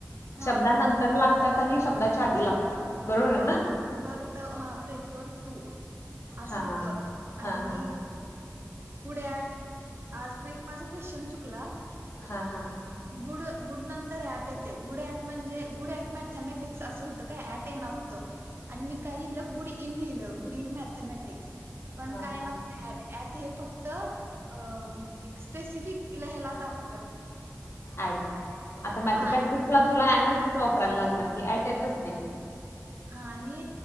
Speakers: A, on the right; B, on the left.
A: हा
B: शब्दा नंतर लागतात, आणि शब्दाच्या आधी लागतात बरोबर आहे ना?
A: अ र ट हां प्रेफर टू, असं
B: हां.
A: हुतं
B: हां,
A: आणि
B: हां.
A: गुड ऍट, आज मग एक माझा क्वेशन चुकला
B: हा, हा.
A: गुड, गुड नंतर ऍट येतय, गुड ऍट म्हणजे गुडऍट म्या मँथमॅटिक्स असं होतं काय, ऍट येणार हुतं आणि मी काय लिहिलं गुडी इन लिहिलं, गुड इन मॅथमॅटिक्स, पण
B: हां,
A: काय येणार
B: हां.
A: हुत ऍट ऍट हे फक्त अ, एक स्पेसिफिक हेला दाखवत्यात
B: ऍट आता मॅथेमॅटिक्स
A: हा ॲट
B: तुला,
A: आणि
B: तुला एनच वापरायला लागणार की, ऍट येतच नाही.
A: आणि